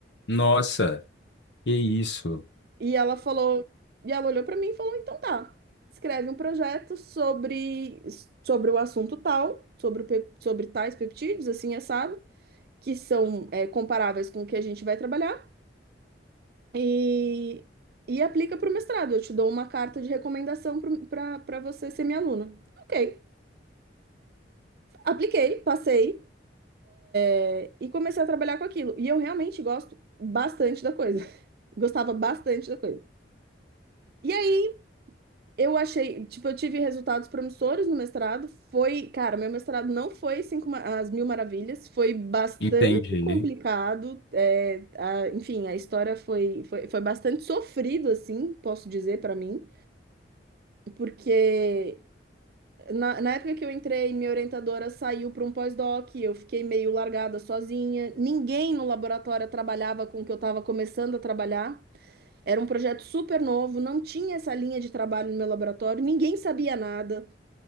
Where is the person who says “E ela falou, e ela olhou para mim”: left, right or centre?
Right